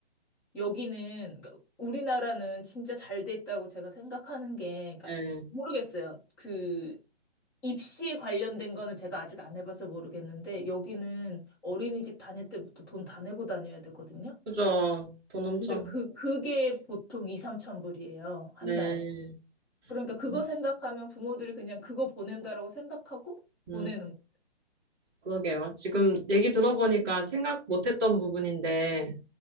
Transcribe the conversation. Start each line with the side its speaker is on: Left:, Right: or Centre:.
Centre: 여기는 그러니까 우리나라는 진짜 잘 돼 있다고 제가 생각하는 게 그러니까
Right: 네.
Centre: 모르겠어요. 그 입시에 관련된 거는 제가 아직 안 해봐서 모르겠는데 여기는 어린이집 다닐 때부터 돈 다 내고 다녀야 되거든요.
Right: 그죠. 돈 엄청,
Centre: 근데 그 그게 보통 2, 3천 불이에요. 한
Right: 네.
Centre: 달에. 그러니까 그거
Right: 음,
Centre: 생각하면 부모들이 그냥 그거 보낸다라고 생각하고
Right: 음,
Centre: 보내는 거.
Right: 그러게요. 지금 얘기 들어보니까 생각 못했던 부분인데,